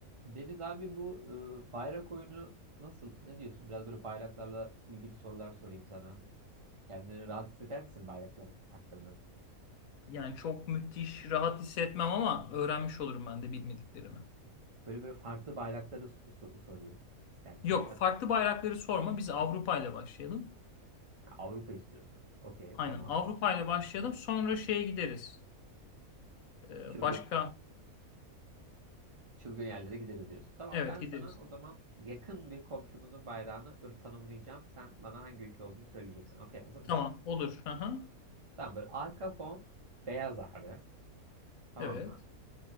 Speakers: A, on the right; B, on the left.
A: Deniz abi bu e, bayrak oyunu nasıl? Ne diyorsun? Biraz böyle bayraklarla ilgili sorular sorayım sana. Kendini rahat hisseder misin bayraklar hakkında?
B: Yani çok müthiş, rahat hissetmem ama öğrenmiş olurum ben de bilmediklerimi.
A: Böyle böyle farklı bayrakları s- so- sorayım istersen.
B: Yok,
A: Yani Sen
B: farklı bayrakları sorma. Biz Avrupa ile başlayalım.
A: Ha, Avrupa istiyorsun. Okey,
B: Aynen,
A: tamam.
B: Avrupa ile başlayalım. Sonra şeye gideriz. Ee,
A: Çılgın
B: başka,
A: çılgın yerlere gideriz diyorsun. Tamam
B: evet
A: ben sana
B: gideriz.
A: o zaman yakın bir komşumuzun bayrağını böyle tanımlayacağım. Sen bana hangi ülke olduğunu söyleyeceksin. Okey, hazır mısın?
B: Tamam, olur. Hı hı.
A: Tamam böyle arka fon beyaz abi. Tamam
B: Evet,
A: mı?